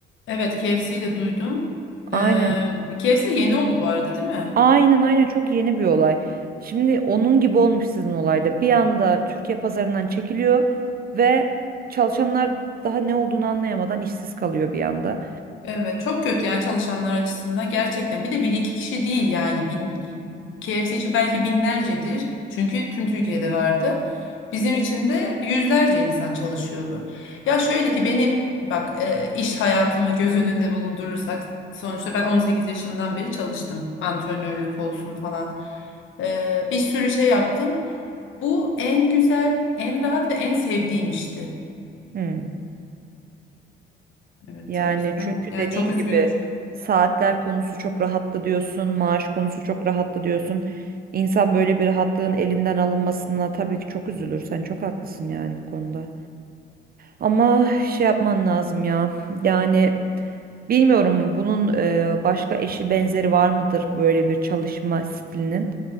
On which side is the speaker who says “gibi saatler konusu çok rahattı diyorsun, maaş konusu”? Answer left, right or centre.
Right